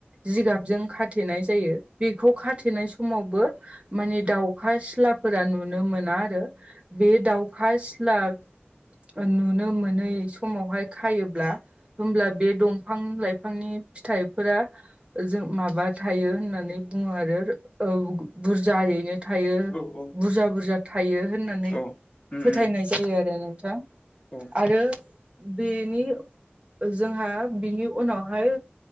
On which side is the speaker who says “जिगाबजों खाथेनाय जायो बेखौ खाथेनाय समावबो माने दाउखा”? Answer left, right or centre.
Right